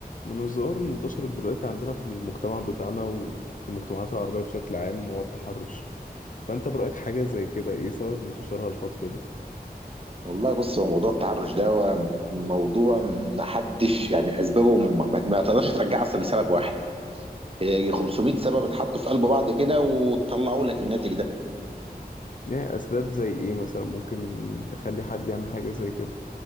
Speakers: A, on the left (about 55°); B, on the right (about 35°).
A: من الظواهر اللي انتشرت دلوقتي عندنا في المجتمع بتاعنا وفي المجتمعات العربية بشكل عام هو التحرش فأنت برأيك حاجة زي كده إيه سبب انتشارها الفترة دي؟
B: والله بص هو موضوع التحرش ده هو موضوع محدش يعني اسبابه ما ما تقدرش ترجعها اصلا لسبب واحد هي 500 سبب اتحطوا في قلب بعض كده وطلعوا لك الناتج ده
A: يعني أسباب زي إيه مثلا ممكن تخلي حد يعمل حاجة زي كده؟